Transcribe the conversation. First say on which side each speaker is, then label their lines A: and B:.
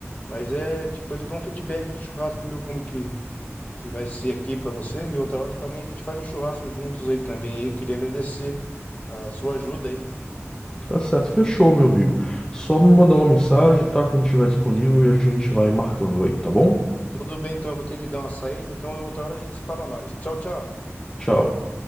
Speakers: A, on the left; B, on the left.
A: Mas é, depois eu dou um feedback do churrasco meu, como que que vai ser aqui para você. E outra hora também a gente faz um churrasco juntos aí também. Eu queria agradecer a sua ajuda aí.
B: Tá certo, fechou, meu amigo. Só me mandar uma mensagem, tá? Quando estiver disponível e a gente vai marcando aí, tá bom?
A: Tudo bem, então eu vou ter que dar uma saída, então outra hora a gente se fala mais. Tchau, tchau.
B: Tchau.